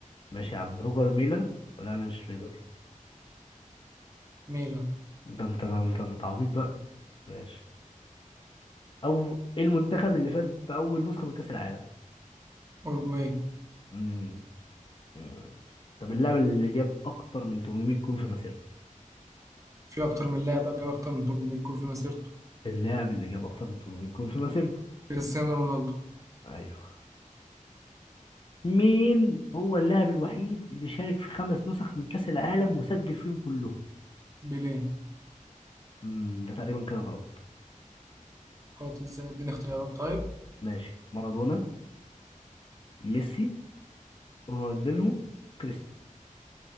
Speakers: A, on the left; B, on the right.
A: ماشي يا عم روجر ميلا ولا انا شليدر
B: ميلا
A: ده انت ده انت ده انت عبيط بقى ماشي او ايه المنتخب اللي فاز باول نسخه من كاس العالم
B: أوروجواي
A: امم أمم. طب اللاعب اللي جاب اكتر من 800 جون في مسيرته
B: في أكتر من لاعب جاب أكتر من 800 جول في مسيرته
A: اللاعب اللي جاب اكتر من 800 جون في مسيرته
B: كريستيانو رونالدو
A: ايوه مين هو اللاعب الوحيد اللي شارك في خمس نسخ من كاس العالم وسجل فيهم كلهم
B: بيليه
A: امم ده تقريبا كده غلط
B: غلط إزاي اديني اختيارات طيب
A: ماشي مارادونا ميسي رونالدينهو كريستيانو